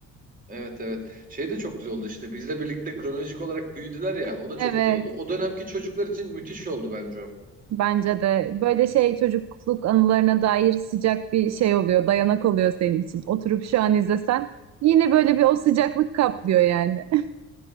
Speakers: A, on the right; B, on the right.
A: Evet evet. Şey de çok güzel oldu işte. Bizle birlikte kronolojik olarak büyüdüler ya. O da
B: Evet.
A: çok güzel oldu. O dönemki çocuklar için müthiş oldu bence o.
B: Bence de böyle şey çocukluk anılarına dair sıcak bir şey oluyor, dayanak oluyor senin için. Oturup şu an izlesen yine böyle bir o sıcaklık kaplıyor yani. <laughs>